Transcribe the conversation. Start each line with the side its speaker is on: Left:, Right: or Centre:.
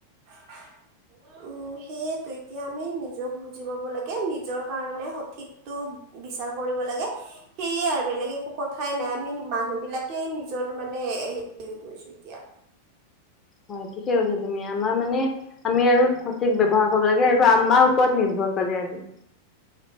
Right: <unintelligible> উম, সেয়েতো এতিয়া আমি নিজক বুজি পাব লাগে, নিজৰ কাৰণে সঠিকতো বিচ কৰিব লাগে সেয়ে আৰু বেলেগ একো কথাই নাই আমি মানুহ বিলাকে নিজৰ মানে হেৰি <unintelligible>
Left: হয় ঠিকে কৈছ, তুমি আমাৰ মানে আমি আৰু সঠিক ব্যৱহাৰ কৰিব লাগে আৰু আমাৰ ওপৰত নিৰ্ভৰ কৰে টো